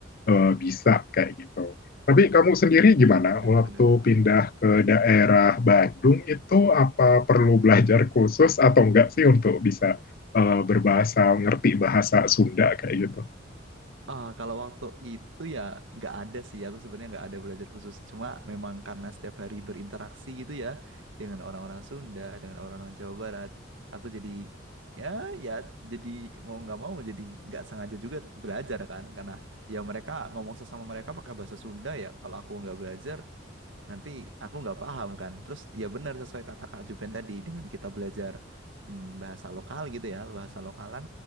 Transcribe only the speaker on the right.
benar-benar.
Iya
Ah, kalau waktu itu ya nggak ada sih, aku sebenarnya nggak ada belajar khusus. Cuma memang karena setiap hari berinteraksi gitu ya dengan orang-orang Sunda, dengan orang-orang Jawa Barat, aku jadi ya ya jadi mau nggak mau jadi nggak sengaja juga belajar kan, karena ya mereka ngomong sesama mereka pakai bahasa Sunda ya. Kalau aku nggak belajar, nanti aku nggak paham kan terus ya benar sesuai kata Kak Juven tadi dengan kita belajar mm, bahasa lokal gitu ya bahasa lokalan